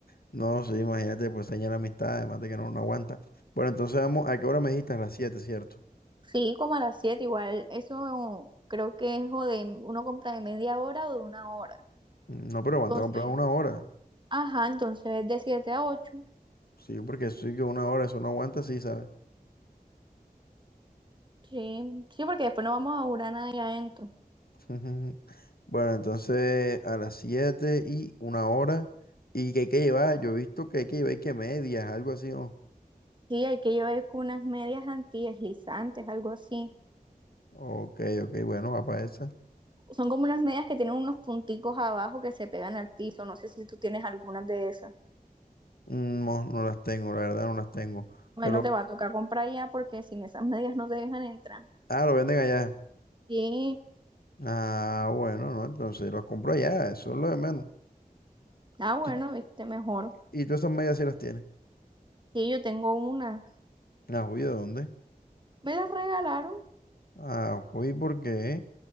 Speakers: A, on the left (about 80°); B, on the right (about 30°).
A: No, sí, imagínate, pues daña la amistad, además de que no, no aguanta. Bueno, entonces vamos, ¿a qué hora me dijiste? A las 7, ¿cierto?
B: Sí, como a las 7 igual, eso creo que es o de uno compra de media hora o de una hora.
A: Mm, No, pero aguanta
B: Entonces,
A: comprar una hora.
B: ajá, entonces de 7 a 8.
A: Sí, porque sí que una hora, eso no aguanta, sí, ¿sabes?
B: Sí, sí, porque después no vamos a durar nada ahí adentro.
A: Ujú. Bueno, entonces a las 7 y una hora. ¿Y que hay que llevar? Yo he visto que hay que llevar y que medias, algo así, ¿no?
B: Sí, hay que llevar con unas medias antideslizantes, algo así.
A: Ok, ok, bueno, va para esa.
B: Son como unas medias que tienen unos punticos abajo que se pegan al piso. No sé si tú tienes algunas de esas.
A: Mm, No, no las tengo, la verdad no las tengo.
B: Bueno,
A: Pero,
B: te va a tocar comprar ya porque sin esas medias no te dejan entrar.
A: ah, lo venden allá.
B: Sí,
A: Ah, bueno, no, entonces los compro allá, eso es lo de menos.
B: ah, bueno,
A: Y,
B: viste mejor.
A: y todas esas medias sí las tienes.
B: Sí, yo tengo una.
A: Ah, juy, ¿de dónde?
B: Me las regalaron,
A: Ah, juy, ¿por qué?